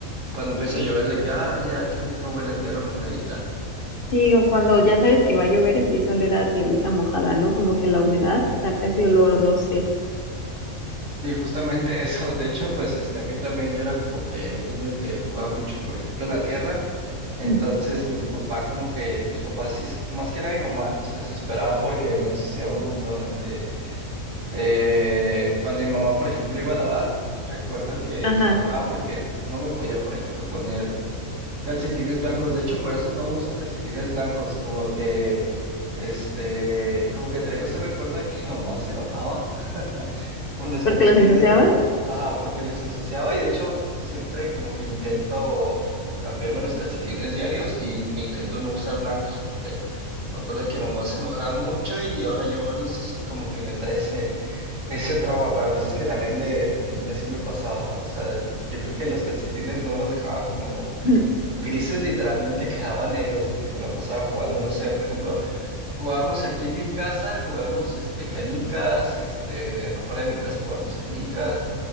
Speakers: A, on the right (about 65°); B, on the left (about 50°).
A: cuando empieza a llover de que, ah, ya, qué rico huele la tierra mojadita.
B: Sí, o cuando ya sabes que va a llover, empieza a oler a tierrita mojada, ¿no? Como que la humedad saca ese olor, o no sé.
A: Sí, justamente <laughs> eso. De hecho, pues este, a mí también yo era como que un niño que jugaba mucho, por ejemplo, en la tierra. Entonces
B: Mm.
A: mi papá como que, mis papás, sí se- más que nada mi mamá, se desesperaba porque me ensuciaba un montón. O que eh, cuando mi mamá, por ejemplo, iba a lavar, recuerdo que
B: Ajá,
A: se enojaba porque no me podía, por ejemplo, poner calcetines blancos. De hecho, por eso no uso calcetines blancos, como que... Este, como que traigo ese recuerdo de que <laughs> mi mamá se enojaba <laughs> por los
B: porque
A: calcetines,
B: los ensuciabas.
A: la- ajá, porque les ensuciaba y de hecho siempre como que intento cambiarme los calcetines diarios y, e intento no usar blancos porque me acuerdo que mi mamá se enojaba mucho y ahora yo verlos eso como que me trae ese, ese trauma, pero pues es que también de, de niña sí me pasaba, o sea, yo creo que los calcetines no los dejaba como
B: Mm.
A: grises, literalmente <laughs> quedaban negros, de que me la pasaba jugando, no sé, por ejemplo. Jugábamos aquí en mi casa, jugábamos este, canicas, este, afuera de mi casa jugábamos canicas,